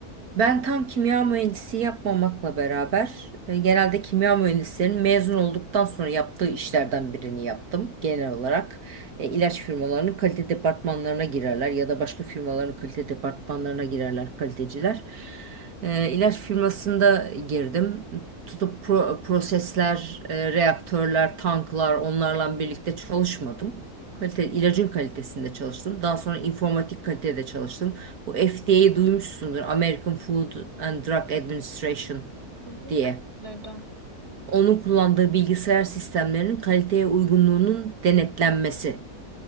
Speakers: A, on the right; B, on the right.
A: Ben tam kimya mühendisi yapmamakla beraber e, genelde kimya mühendislerinin mezun olduktan sonra yaptığı işlerden birini yaptım. Genel olarak e, ilaç firmalarının kalite departmanlarına girerler ya da başka firmaların kalite departmanlarına girerler kaliteciler. E, ilaç firmasında girdim. Tutup pro- prosesler, e, reaktörler, tanklar onlarla birlikte çalışmadım. Kalite, ilacın kalitesinde çalıştım. Daha sonra informatik kalitede çalıştım. Bu FDA'yı duymuşsundur. American Food and Drug Administration
B: Hı hı.
A: diye.
B: Duydum.
A: Onun kullandığı bilgisayar sistemlerinin kaliteye uygunluğunun denetlenmesi.